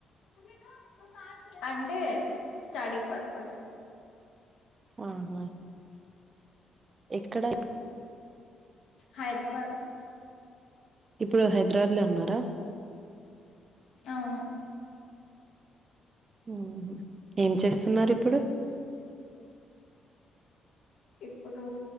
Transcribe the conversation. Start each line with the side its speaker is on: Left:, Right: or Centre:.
Left: అంటే అంటే స్టడీ పర్పస్
Right: ఆహా ఎక్కడ
Left: హైదరాబాద్
Right: ఇప్పుడు హైదరాబాద్ లో ఉన్నారా
Left: అవును
Right: హు ఏం చేస్తున్నారు ఇప్పుడు
Left: ఇప్పుడు